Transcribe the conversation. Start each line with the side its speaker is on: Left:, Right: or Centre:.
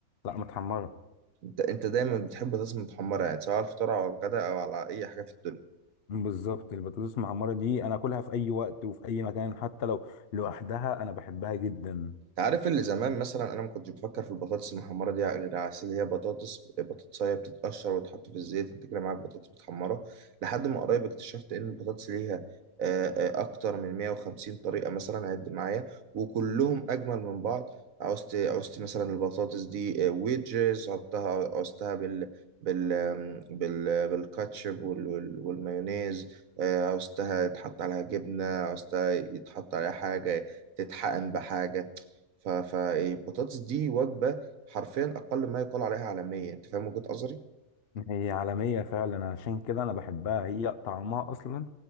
Left: لا متحمرة
Right: انت انت دايما بتحب الرز المتحمرة يعني سواء على الفطار او على الغداء او على اي حاجة في الدنيا
Left: بالظبط البطاطس المحمرة دي أنا أكلها في أي وقت وفي أي مكان حتى لو لوحدها أنا بحبها جدا
Right: عارف اللي زمان مثلا انا ما كنتش بفكر في البطاطس المحمره دي غير على أساس اللي هي بطاطس بطاطسايه بتتقشر وتحط في الزيت انت كده معاك بطاطس متحمره لحد ما قريب اكتشفت ان البطاطس ليها آه، آه، اكتر من 150 طريقه مثلا عد معايا وكلهم اجمل من بعض عوزت عوزت مثلا البطاطس دي ويدجز عدتها عوزتها بال بال آم، بال بالكاتشب وال- وال- والمايونيز آه، عوزتها يتحط عليها جبنه عوزتها يتحط عليها حاجه تتحقن بحاجه فالبطاطس دي وجبة حرفيا أقل ما يقال عليها عالمية أنت فاهم وجهة نظري؟
Left: هي عالمية فعلا عشان كده أنا بحبها هي طعمها أصلا